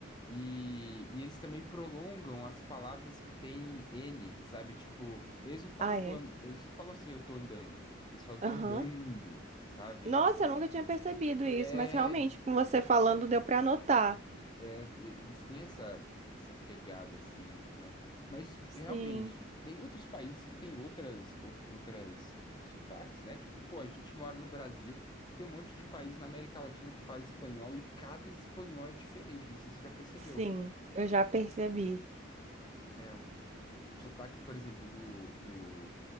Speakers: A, on the left; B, on the right.
A: E, e eles também prolongam as palavras que têm N, sabe? Tipo, eles não falam,
B: Ah,
A: eu tô,
B: é?
A: an- eles não falam assim, eu tô andando. Eles falam, tô
B: Aham.
A: andando, sabe?
B: Nossa, eu nunca tinha percebido isso,
A: É.
B: mas realmente, com você falando, deu pra anotar.
A: É, eles têm essa, essa pegada assim, né? Mas realmente,
B: Sim,
A: tem outros países que têm outras, out- outras é, sotaques, né? Tipo, pô, a gente mora no Brasil, tem um monte de país na América Latina que fala espanhol e cada espanhol é diferente, não sei se você já percebeu.
B: sim, eu já percebi.
A: É, o sotaque, por exemplo, do, do,